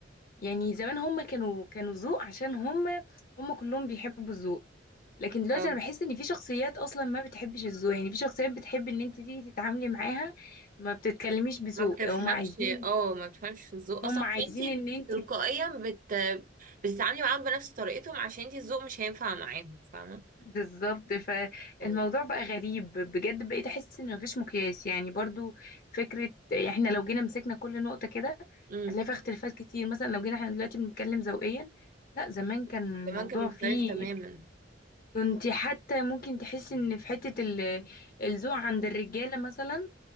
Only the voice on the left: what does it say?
يعني زمان هم كانوا كانوا ذوق عشان هم هم كلهم بيحبوا الذوق لكن دلوقتي
انا بحس ان في شخصيات اصلا ما بتحبش الذوق يعني في شخصيات بتحب ان انت تيجي تتعاملي معاها ما بتتكلميش بذوق
هم عايزين
هم
عايزين
ان انت
بالظبط فالموضوع
بقى غريب بجد بقيت احس ان مفيش مقياس يعني برضو فكره يعني احنا لو جينا مسكنا كل نقطه كده
هتلاقي فيها اختلافات كتير مثلا لو جينا احنا دلوقتي بنتكلم ذوقيا لا زمان كان الموضوع
فيه
كنت حتى ممكن تحس ان في حته ال- الذوق عند الرجاله مثلا